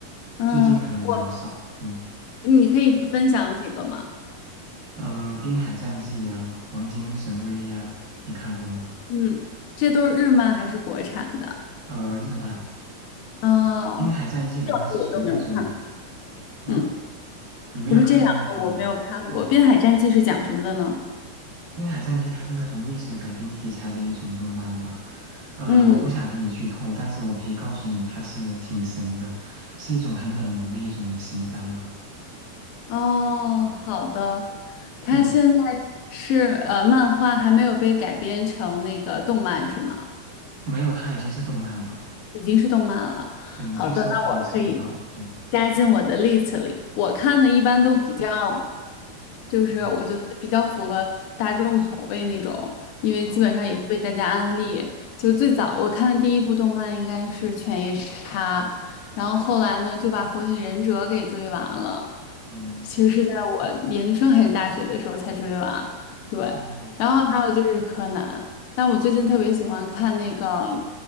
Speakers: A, on the left; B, on the right.
A: 嗯，
B: 最近可能比较少，
A: 我
B: 嗯，
A: 你可以分享几个吗？
B: 呃，《滨海战记》呀，《黄金神威》呀，你看过吗？
A: 嗯，这都是日漫还是国产的？
B: 呃，日漫，
A: 啊、
B: 《滨海战记》的话是属于那种
A: 这两个我都没有看过。
B: 啊，
A: 嗯，
B: 你没有看过日漫吗？
A: 我说这两个我没有看过，
B: 哦。
A: 《滨海战记》是讲什么的呢？
B: 《冰海战记》它是那种历史改编题材的一种动漫吧，呃，
A: 嗯，
B: 我不想给你剧透，但是我可以告诉你，它是挺神的，是一种很冷门的一种神番吧。
A: 哦，好的，它现在
B: 对，
A: 是呃，漫画还没有被改编成那个动漫是吗？
B: 没有它已经是动漫了。
A: 已经是动漫了。
B: 对，你去搜可以搜得到。
A: 好的，那我可以
B: 对，
A: 加进我的 list 里。我看的一般都比较，就是我觉得比较符合大众口味那种，
B: 嗯，
A: 因为基本上也是被大家安利。
B: 哦，
A: 就最早我看的第一部动漫应该是《犬夜叉》，然后后来呢就把《火影忍者》给追完了。
B: 嗯，
A: 其实是在我研究生还是大学的时候才追完，对。
B: 哦，
A: 然后还有就是柯南。但我最近特别喜欢看那个，